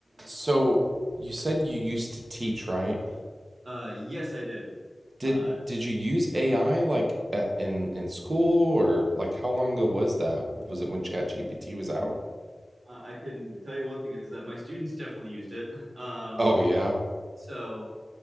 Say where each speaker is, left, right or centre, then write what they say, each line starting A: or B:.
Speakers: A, on the right; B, on the right.
A: So you said you used to teach, right?
B: Uh, yes, I did.
A: Did
B: Uh,
A: did you use AI like at, in in school or like how long ago was that? Was it when ChatGPT was out?
B: I can tell you one thing is that my students definitely used it. Um,
A: Oh yeah.
B: so